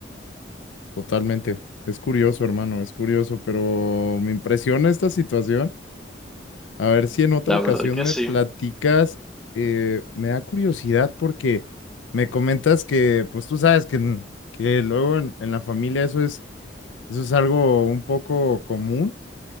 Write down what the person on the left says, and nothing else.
Totalmente. Es curioso, hermano, es curioso, pero me impresiona esta situación. A ver si en otra
ocasión
me
platicas, eh, me da curiosidad porque me comentas que, pues tú sabes que, en- que luego en, en la familia eso es, eso es algo un poco común